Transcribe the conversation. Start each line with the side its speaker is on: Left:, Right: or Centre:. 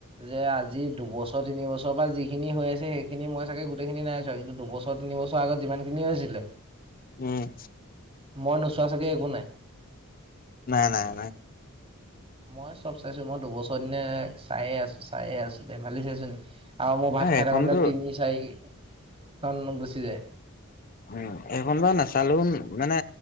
Right: যে আজি দুবছৰ, তিনিবছৰ পা যি খিনি হৈ আছে, সেইখিনি মই চাগে গোটেইখিনি নাইছোৱা, কিন্তু দুবছৰ, তিনিবছৰ আগত যিমান খিনি হৈছিলে
Left: উম।
Right: মই নোচোৱা চাগে একো নাই।
Left: নাই, নাই, নাই।
Right: মই চব চাইছো, মই দুবছৰ দিনে চাইয়ে আছো, চাইয়ে আছো, ধেমালি চাইছো নেকি। আৰু মোৰ ভাত থকা
Left: এইখনতো
Right: লৈ, তিনি, চাৰিখন গুচি যায়।
Left: উম, এইখন বা নাচালেও মানে